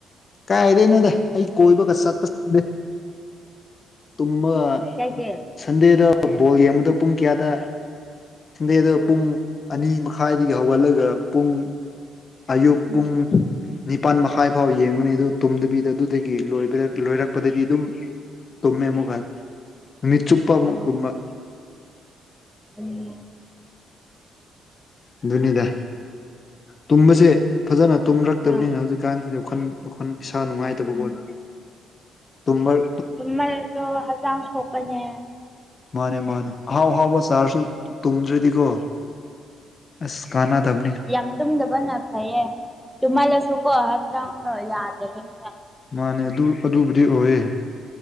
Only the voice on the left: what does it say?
ꯀꯥꯏꯗꯩꯅꯣꯗ ꯑꯩ ꯀꯣꯏꯕꯒ ꯆꯠꯄ ꯁꯪꯗꯦ ꯇꯨꯝꯃ
ꯁꯟꯗꯦꯗ ꯕꯣꯜ ꯌꯦꯡꯕꯗꯨ ꯄꯨꯡ ꯀꯌꯥꯗ ꯁꯟꯗꯦꯗ ꯄꯨꯡ ꯑꯅꯤ ꯃꯈꯥꯏꯗꯒꯤ ꯍꯧꯒꯠꯂꯒ ꯄꯨꯡ ꯑꯌꯨꯛ
ꯄꯨꯡ ꯅꯤꯄꯥꯟ ꯃꯈꯥꯏ ꯐꯥꯎ ꯌꯦꯡꯕꯅꯤ ꯑꯗꯨ ꯇꯨꯝꯗꯕꯤꯗ ꯑꯗꯨꯗꯒꯤ ꯂꯣꯏꯕꯔꯛ ꯂꯣꯏꯔꯛꯄꯗꯗꯤ ꯑꯗꯨꯝ ꯇꯨꯝꯃꯦ ꯑꯃꯨꯛ ꯍꯟ ꯃꯤꯠ ꯆꯨꯞꯄ
ꯃꯨꯛ ꯇꯨꯝꯃ꯫
ꯑꯗꯨꯅꯤꯗ ꯇꯨꯝꯕꯁꯦ ꯐꯖꯅ ꯇꯨꯝꯔꯛꯇꯕꯅꯤꯅ
ꯍꯧꯖꯤꯛꯀꯥꯟꯁꯤꯗꯤ ꯋꯥꯈꯜ ꯑꯈꯣꯟ ꯏꯁꯥ ꯅꯨꯡꯉꯥꯏꯇꯕꯀꯣ
ꯑꯗꯨꯒꯤ ꯇꯨꯝꯕꯔ
ꯃꯥꯅꯦ ꯃꯥꯅꯦ ꯑꯍꯥꯎ ꯑꯍꯥꯎꯕ ꯆꯥꯔꯁꯨ ꯇꯨꯝꯗ꯭ꯔꯗꯤꯀꯣ ꯑꯁ ꯀꯥꯅꯗꯞꯅꯦ
ꯃꯥꯅꯦ ꯑꯗꯨ ꯑꯗꯨꯕꯨꯗꯤ ꯑꯣꯏꯌꯦ